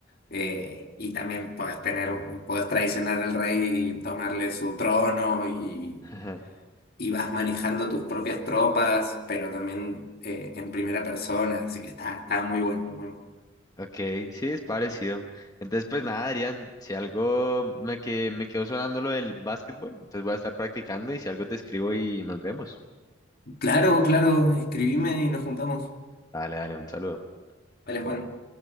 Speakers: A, on the left (about 50°); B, on the left (about 20°).
A: eh, y también podés tener, podés traicionar al rey y tomarle su trono y,
B: <laughs>
A: y vas manejando tus propias tropas, pero también eh, en primera persona. Así que está, está muy bueno, muy bueno.
B: Ok, sí, es parecido. Entonces, pues nada, Adrián, si algo me, que, me quedó sonando lo del básquetbol, entonces voy a estar practicando y si algo te escribo y nos vemos.
A: Claro, claro, escribime y nos juntamos.
B: Dale, dale, un saludo.
A: vale Juan.